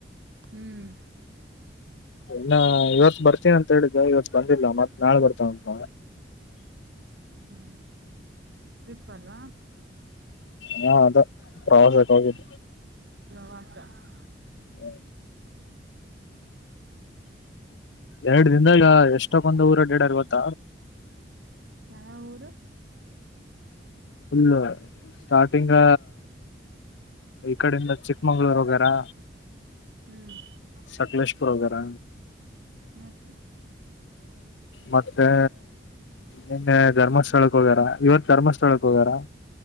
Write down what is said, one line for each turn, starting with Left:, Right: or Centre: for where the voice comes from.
Right: ಹ್ಮ್
Left: ಇನ್ನ ಇವತ್ತು ಬರ್ತೀನ ಅಂತ ಹೇಳಿದೆ ಇವತ್ ಬಂದಿಲ್ಲ ಮತ್ ನಾಳೆ ಬರ್ತಾನಂತ
Right: ಹ್ಮ ಟ್ರಿಪ್ಪ್ ಅಲ್ಲ
Left: ಹಾ ಅದೇ ಪ್ರವಾಸಕ್ಕೆ ಹೋಗಿದ್
Right: ಹ ಆತ <unintelligible>
Left: ಹ್ಮ್ ಎರಡ್ ದಿನದಾಗ ಎಷ್ಟಕ್ಕೊಂದು ಊರು ಆಡ್ಯಾರ್ ಗೊತ್ತ.
Right: ಯಾವೇವ್ ಊರು
Left: ಪುಲ್ ಸ್ಟಾರ್ಟಿಂಗ್ ಈ ಕಡಿಂದ ಚಿಕ್ಕಮಂಗಳೂರು ಹೊಗ್ಯಾರಾ
Right: ಹ್ಮ್
Left: ಸಕಲೇಶಪುರ ಹೋಗ್ಯಾರ.
Right: ಮತ್ತೆ
Left: ಮತ್ತೆ ನಿನ್ನೆ ಧರ್ಮಸ್ಥಳಕ್ಕೆ ಹೋಗ್ಯಾರ ಇವತ್ ಧರ್ಮಸ್ಥಳಕ್ ಹೋಗ್ಯಾರ.